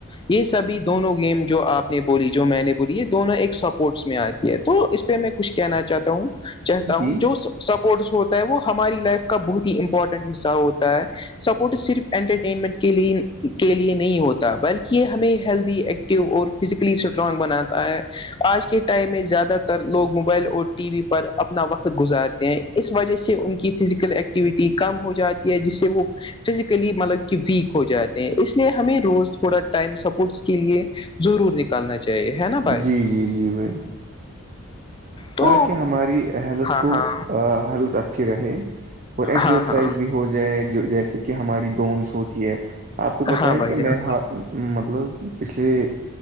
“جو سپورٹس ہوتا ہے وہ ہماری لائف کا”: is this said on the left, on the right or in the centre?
Left